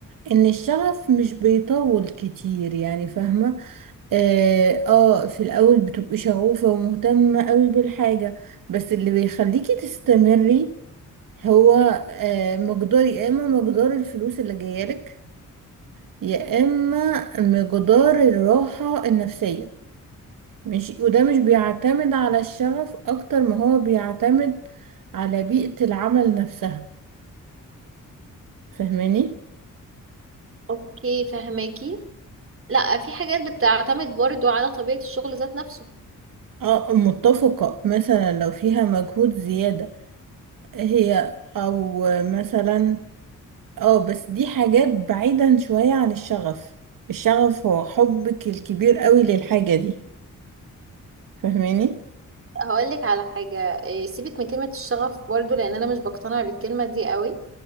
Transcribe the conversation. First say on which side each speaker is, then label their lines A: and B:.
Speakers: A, on the right; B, on the right.
A: ان الشغف مش بيطول كتير يعني فاهمة اه آه، في الاول بتبقي شغوفة ومهتمة قوي بالحاجة بس اللي بيخليكي تستمري هو آه مقدار يا اما مقدار الفلوس اللي جايلك يا اما مقدار الراحة النفسية مش وده مش بيعتمد على الشغف اكتر ما هو بيعتمد على بيئة العمل نفسها فاهماني
B: اوكي فهماكي لا في حاجات بتعتمد برضو على طبيعة الشغل ذات نفسه
A: اه متفقة مثلا لو فيها مجهود زيادة هي او مثلا اه بس دي حاجات بعيدا شوية عن الشغف الشغف هو حبك الكبير قوي للحاجة دي فهماني
B: هقولك على حاجة إيه، سيبك من كلمة الشغف برضو لان انا مش بقتنع بالكلمة دي قوي